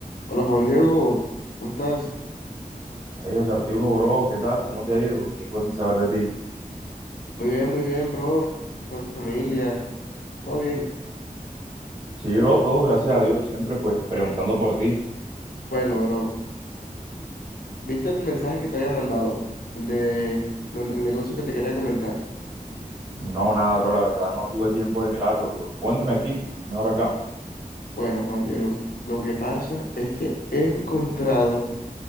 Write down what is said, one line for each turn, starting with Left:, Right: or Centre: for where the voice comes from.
Left: Hola Juan Diego, ¿cómo estás?
Right: Hey, José Arturo, bro, ¿qué tal? ¿Cómo te ha ido? Tiempo sin saber de ti.
Left: Muy bien, muy bien, bro. ¿Cómo está tu familia? ¿Todo bien?
Right: Sí, bro, todo gracias a Dios, siempre pues preguntando por ti.
Left: Bueno, bro, ¿viste el mensaje que te había mandado? El de donde- el negocio que te quería comentar.
Right: No, nada, bro, la verdad no tuve tiempo de mirarlo, pero cuéntame aquí, mejor acá.
Left: Bueno, Juan Diego, lo que pasa es que he encontrado,